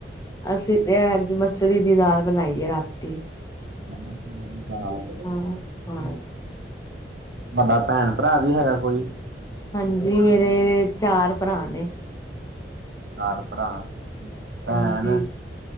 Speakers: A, on the left; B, on the right.
A: ਅਸੀਂ ਤੇ ਅਜ ਮਸਰੀ ਦੀ ਦਾਲ ਬਨਾਈ ਏ ਰਾਤੀ।
B: ਮਸਲੀ ਦੀ ਦਾਲ।
A: ਹਾਂ ਹਾਂ
B: ਵਡਾ ਭੇਣ-ਭਰਾ ਵੀ ਹੈਗਾ ਕੋਈ?
A: ਹਾਂਜੀ ਮੇਰੇ ਚਾਰ ਭਰਾ ਨੇ।
B: ਚਾਰ ਭਰਾ। ਭੈਣ
A: ਹਾਂਜੀ,